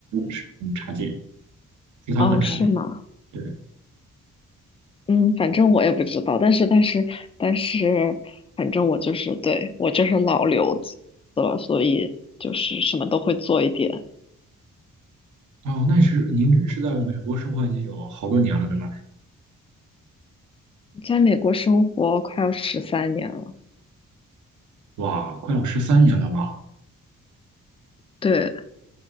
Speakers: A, on the right; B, on the left.
A: 是很差劲。食堂很差劲。
B: 哦，是吗？
A: 对，
B: 嗯，反正我也不知道，但是但是但是，反正我就是对我就是老留子了，所以就是什么都会做一点。
A: 哦，那是您是在美国生活已经有好多年了，对吧？
B: 在美国生活快要十三年了，
A: 哇，快要十三年了吧？
B: 对，